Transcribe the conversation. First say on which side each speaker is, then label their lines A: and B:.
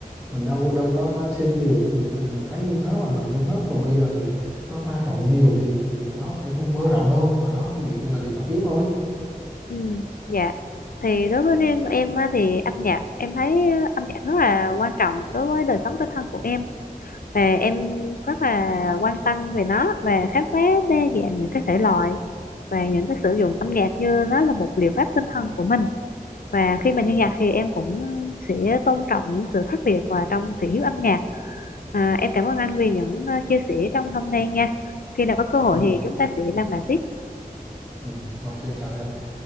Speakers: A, on the right; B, on the left.
A: mình đâu đâu có có xem nhiều mình thì mình thấy như thế và mình thưởng thức còn bây giờ thì nó pha trộn nhiều thì nó phải mở rộng hơn và nó nghiệp cũng là điều tất yếu thôi
B: ừ dạ thì đối với riêng em á, thì âm nhạc em thấy ờ, âm nhạc rất là quan trọng đối với đời sống tinh thần của em và em rất là quan tâm về nó và khám phá đa dạng những cái thể loại và những cái sử dụng âm nhạc như nó là một liệu pháp tinh thần của mình và khi mình nghe nhạc thì em cũng sẽ tôn trọng những sự khác biệt và trong thị hiếu âm nhạc à, em cảm ơn anh vì những ờ, chia sẻ trong hôm nay nha khi nào có cơ hội
A: ừ.
B: thì chúng ta sẽ làm bạn tiếp
A: Ừ. ok chào em